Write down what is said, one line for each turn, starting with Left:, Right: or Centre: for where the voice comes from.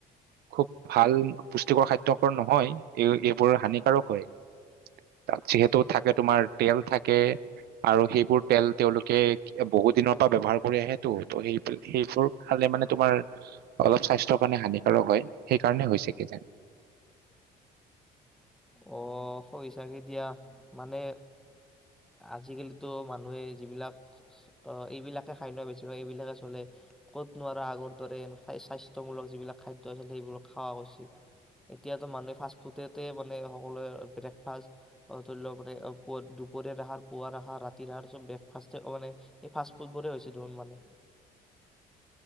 Right: খুব ভাল পুষ্টিকৰ খাদ্যকৰ নহয় এই এইবোৰ হানিকাৰক হয় তাত যিহেতু থাকে তোমাৰ তেল থাকে আৰু সেইবোৰ তেল তেওঁলোকে বহু দিনৰ পৰা ব্যৱহাৰ কৰি আহেটো ত সেই সেইবোৰ খালে মানে তোমাৰ অলপ স্বাস্থ্যৰ কাৰণে হানিকাৰক হয় সেইকাৰণে হৈছে কি যান
Centre: অ হয় চাগে দিয়া মানে আজিকালিতো মানুহে যিবিলাক অ এইবিলাকে খায় নয় বেছিভাগ এইবিলাকে চলে ক'ত নো আগৰ দৰে নো খায় স্বাস্থ্যমূলক যিবিলাক খাদ্য যেনে এইবিলাক খোৱা উচিত এতিয়াতো মানুহ ফাষ্টফুডতে বৰ্ত সকলোৱে ব্ৰেকফাষ্ট ধৰি লওক মানে দুপৰীয়া আহাৰ পুৱাৰ আহাৰ ৰাতিৰ আহাৰ চব ব্ৰেকফাষ্টে অ মানে ফাচ ফুড বোৰে হৈছে মানে